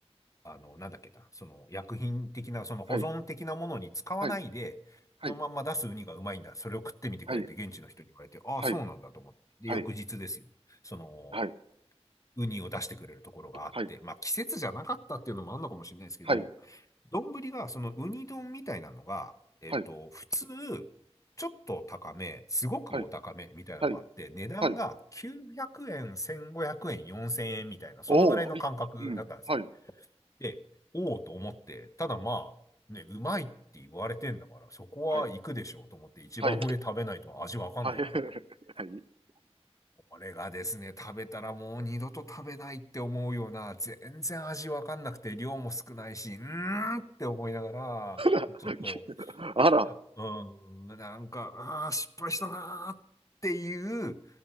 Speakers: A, on the left; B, on the right.
A: あの、なんだっけな、その、薬品的な、その、保存的なものに使わないで、
B: はい、はい、はい、
A: そのまんま出すウニがうまいんだ。それを食ってみてくれって、
B: はい、
A: 現地の人に言われて、ああ、
B: はい、
A: そうなんだと思って。で、
B: はい、
A: 翌日ですよ。その、
B: はい、
A: ウニを出してくれるところがあって、
B: はい、
A: まあ季節じゃなかったっていうのもあるのかもしれないですけど、
B: はい、はい、
A: 丼がそのウニ丼みたいなのが、えっと、
B: はい、
A: 普通、ちょっと高め、すごくお高めみたいなのがあって、
B: はい、はい、
A: 値段が900円、
B: はい、
A: 1500円、4000円みたいな、そのぐらいの感覚だったんですね。
B: おー、い、うん、はい、
A: で、おおと思って、ただまあ、ね、うまいって言われてんだから、そこは行くでしょうと思って、
B: はい、
A: 一番上食べないと味わかんないかなと思って
B: はい、はい、はい、<laughs>
A: これがですね、食べたらもう二度と食べないって思うような、全然味わかんなくて、量も少ないし、うーんって思いながら、
B: はい、
A: ちょっと、
B: あら、
A: うーん、なんか、ああ、失敗したなーっていう、